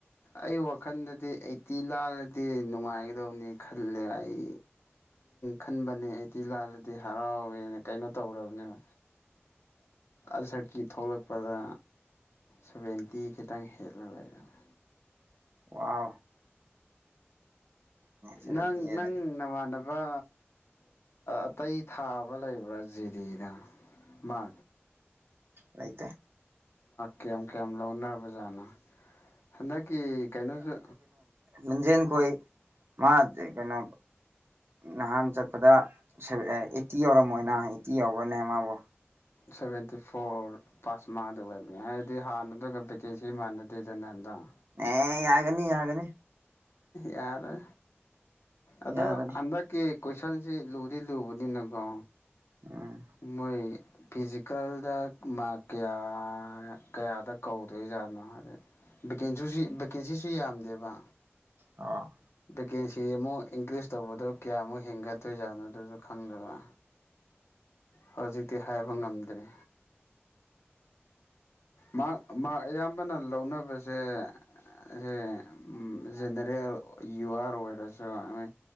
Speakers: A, on the left (about 75°); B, on the right (about 60°).
A: ꯑꯩ ꯋꯥꯈꯜꯗꯗꯤ ꯑꯩꯠꯇꯤ ꯂꯥꯜꯂꯗꯤ ꯅꯨꯡꯉꯥꯏꯒꯗꯕꯅꯤ ꯈꯜꯂꯦ ꯑꯩ ꯈꯟꯕꯅꯦ ꯑꯩꯠꯇꯤ ꯂꯥꯜꯂꯗꯤ ꯍꯔꯥꯎꯋꯦꯅ ꯀꯩꯅꯣ ꯇꯧꯔꯕꯅꯦꯕ ꯑꯜꯁꯔꯀꯤ ꯊꯣꯛꯂꯛꯄꯗ ꯁꯚꯦꯟꯇꯤ ꯈꯤ ꯈꯤꯇꯪ ꯍꯠꯂ ꯂꯩꯔꯃꯤ
B: ꯋꯥ ꯁꯚꯦꯟꯇꯤ
A: ꯅꯪ
B: ꯍꯦꯜꯂꯗꯤ
A: ꯅꯪ ꯅꯃꯥꯟꯅꯕ ꯑꯇꯩ ꯊꯥꯕ ꯂꯩꯕ꯭ꯔꯥ ꯖꯤꯗꯤꯗ ꯃꯥ
B: ꯂꯩꯥꯏꯇ
A: ꯀꯌꯥꯝ ꯀꯌꯥꯝ ꯂꯧꯅꯔꯕ ꯖꯥꯠꯅ ꯍꯟꯗꯛꯀꯤ ꯀꯩꯅꯣꯁꯨ
B: ꯂꯝꯟꯖꯦꯜ ꯈꯣꯏ ꯃꯥ ꯀꯩꯅꯣ ꯅꯍꯥꯟ ꯆꯠꯄꯗ ꯑꯩꯠꯇꯤ ꯌꯥꯎꯔꯝꯃꯣꯏꯅ ꯑꯩꯠꯇꯤ ꯌꯥꯎꯕꯅꯦ ꯃꯥꯕꯨꯣ
A: ꯁꯚꯦꯟꯇꯤ ꯐꯣꯔ ꯄꯥꯁ ꯃꯉꯗ ꯑꯣꯏꯕꯅꯦ ꯍꯥꯏꯗꯤ ꯍꯥꯟꯅꯗꯨꯒ ꯚꯦꯀꯦꯟꯁꯤ ꯃꯥꯟꯅꯗꯦꯗꯅ ꯅ ꯍꯟꯗꯛ
B: ꯑꯦ ꯌꯥꯒꯅꯤ ꯌꯥꯒꯅꯤ
A: ꯌꯥꯔ ꯑꯗꯣ
B: ꯌꯥꯒꯅꯤ
A: ꯑꯗ ꯀꯦ ꯀꯣꯏꯁꯟꯁꯤ ꯂꯨꯗꯤ ꯂꯨꯕꯅꯤꯅꯀꯣ
B: ꯎꯝ
A: ꯃꯣꯏ ꯐꯤꯖꯤꯀꯦꯜꯗ ꯃꯥꯔꯛ ꯀꯌꯥ ꯀꯌꯥꯗ ꯀꯧꯗꯣꯏꯖꯥꯠꯅꯣ ꯍꯥꯏꯗꯤ ꯚꯦꯀꯦꯟꯁꯤꯁꯤ ꯚꯦꯀꯦꯟꯁꯤꯁꯨ ꯌꯥꯝꯗꯦꯕ
B: ꯑ
A: ꯚꯦꯀꯦꯟꯁꯤ ꯑꯃꯨꯛ ꯏꯟꯀ꯭ꯔꯤꯖ ꯇꯧꯕꯗꯣ ꯀꯌꯥꯃꯨꯛ ꯍꯦꯟꯒꯠꯇꯣꯏꯖꯥꯠꯅꯣꯗꯨꯁꯨ ꯈꯪꯗꯕꯥ ꯍꯧꯖꯤꯛꯗꯤ ꯍꯥꯏꯕ ꯉꯝꯗ꯭ꯔꯦ ꯃꯥ ꯃꯥ ꯑꯌꯥꯝꯕꯅꯜ ꯂꯧꯅꯕꯁꯦ ꯁꯦ ꯖꯦꯅꯦꯔꯦꯜ ꯌꯨ ꯑꯥꯔ ꯑꯣꯏꯔꯁꯨ ꯃꯣꯏ